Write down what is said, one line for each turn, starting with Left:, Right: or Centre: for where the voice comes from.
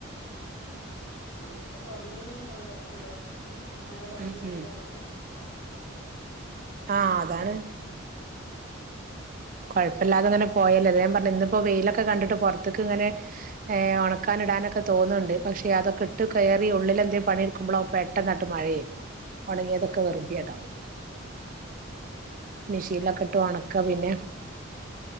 Left: ഇപ തുടങ്ങിയതല്ലേ ഉള്ളു ഉള്ളു മഴ തൊടങ്ങിയതല്ലെ
Right: ഉം ഉം
Left: ഉള്ളൂ
Right: ആഹ് അതാണ് കൊയപ്പല്ലാതങ്ങനെ പോയാല്ലെ അതാ ഞാ പറഞ്ഞെ ഇന്ന്പൊ വെയിലൊക്കെ കണ്ട്ട്ട് പൊറത്ത്ക്ക്ങ്ങനെ ഏഹ് ണക്കാനിടാനൊക്കെ തോന്ന്ണ്ട് പക്ഷേ അതൊക്കെ ഇട്ട് കേറി ഉള്ളിലെന്തെ പണിയ്ട്കുമ്പൊളാവും പെട്ടന്ന്ങ്ങ്ട്ട് മഴേം ഒണങ്ങിയതൊകെ വെറുതെണ്ടാവും മിഷീനിലൊക്കെ ഇട്ട് ഒണക്കി ക്കെ പിന്നെ